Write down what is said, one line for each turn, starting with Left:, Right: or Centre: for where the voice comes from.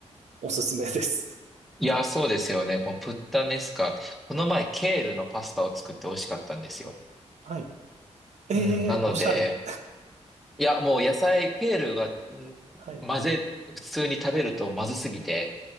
Right: おすすめです。
Centre: いや、そうですよね。このプッタネスカ。この前、ケールのパスタを作って美味しかったんですよ。
Right: はい。ええおしゃれ。
Centre: うん。なので、いや、もう野菜、ケールが、ん混ぜ、
Right: はい。
Centre: 普通に食べるとまずすぎて、